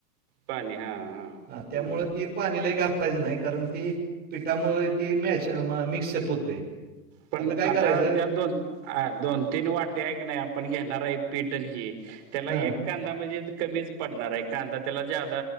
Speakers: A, on the right; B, on the right.
A: पाणी हां हां हम्म
B: हा त्यामुळं ते पाणी लय घालायचं नाही कारण ते पिठामुळ ते मॅच मिक्सअप होतंय.
A: पण
B: काय
A: आता
B: करायचं
A: त्या दोन आ दोन तीन वाट्या हाय कणी आपण घेणार आहे पिट अन हे त्याला
B: हां.
A: एक कांदा म्हणजे कमीच पडणार आहे कांदा त्याला ज्यादा